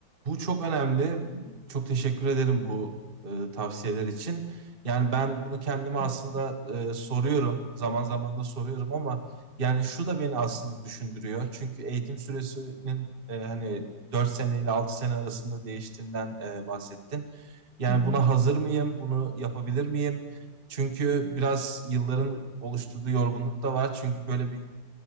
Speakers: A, on the right; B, on the right.
A: bu çok önemli. Çok teşekkür ederim bu e, tavsiyeler için. Yani ben bunu kendime
B: Güzel.
A: aslında e, soruyorum. Zaman zaman da soruyorum ama yani şu da beni aslında düşündürüyor. Çünkü eğitim süresinin e, hani 4 sene ile 6 sene arasında değiştiğinden e, bahsettin. Yani
B: Hı hı.
A: buna hazır mıyım? Bunu yapabilir miyim? Çünkü biraz yılların oluşturduğu yorgunluk da var. Çünkü böyle bir